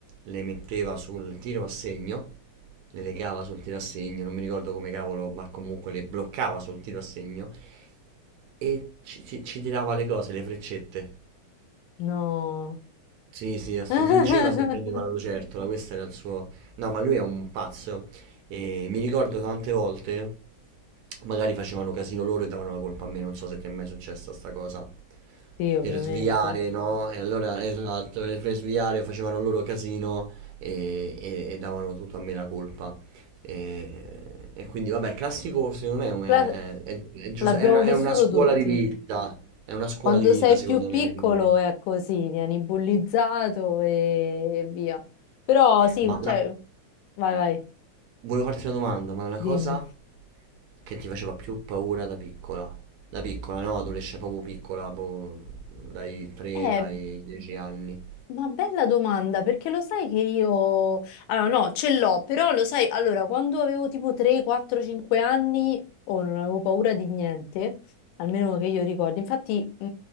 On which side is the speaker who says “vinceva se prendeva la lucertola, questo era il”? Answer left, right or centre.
Right